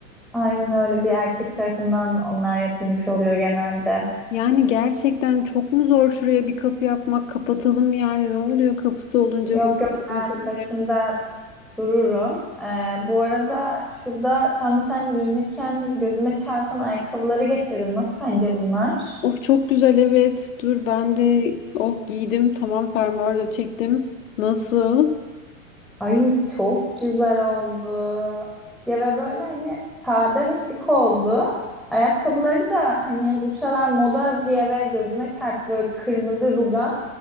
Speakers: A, in the centre; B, on the left.
A: Aynen öyle bir erkek tarafından onlar yapılmış oluyor genelde.
B: Yani gerçekten çok mu zor şuraya bir kapı yapmak? Kapatalım yani. Ne oluyor kapısı olunca
A: Yok
B: bu
A: yok ben
B: dönme kabinleri?
A: başında Dururum. Ee, bu arada şurada tam sen giyinirken gözüme çarpan ayakkabıları getirdim. Nasıl sence bunlar?
B: Of çok güzel evet. Dur ben de oh giydim. Tamam fermuarı da çektim. Nasıl?
A: Ay çok güzel oldu. Ya ve böyle hani sade ve şık oldu. Ayakkabıları da hani bu sıralar moda diye ve gözüme çarptı böyle kırmızı rugan.